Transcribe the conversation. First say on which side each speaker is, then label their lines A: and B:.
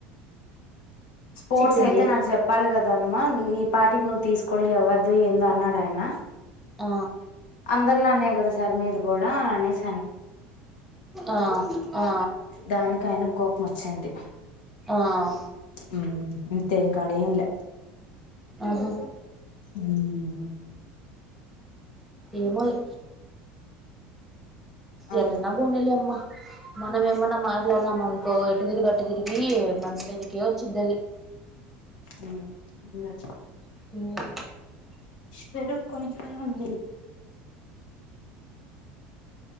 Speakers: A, on the left; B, in the centre.
A: స్పోర్ట్స్
B: చెప్పింది
A: అయితే నాకు చెప్పాలిగ దమ్మా నీ నీపాటికి నువ్వు తీసుకోని ఎవ్వదు ఏందో అన్నాడు ఆయన
B: ఆ
A: అందరిలానే కదా సార్ మీరు కూడా అనేస్
B: ఆ ఆ
A: దానికి ఆయనకు కోపం వచ్చింది
B: ఆ
A: ఉమ్మ్ ఇంతే ఇంకాడేం లా
B: ఆహో
A: ఉమ్,
B: ఏమోలే
A: ఆ
B: ఏటన్నా బోనీలే అమ్మ మనం ఏమన్నా మాట్లానాం మనుకో ఇటు తిరిగి అటు తిరిగి మన <unintelligible> కే వచ్చిద్ది అది
A: ఉమ్మ్ ఇంగా చ
B: ఉమ్మ్
A: పెరుగు కొంచెమే ఉంది